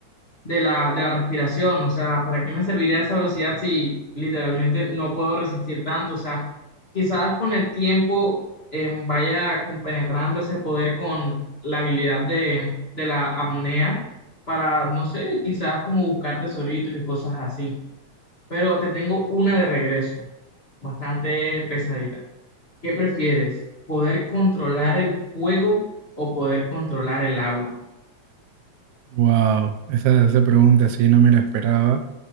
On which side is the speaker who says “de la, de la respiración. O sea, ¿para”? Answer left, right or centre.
Left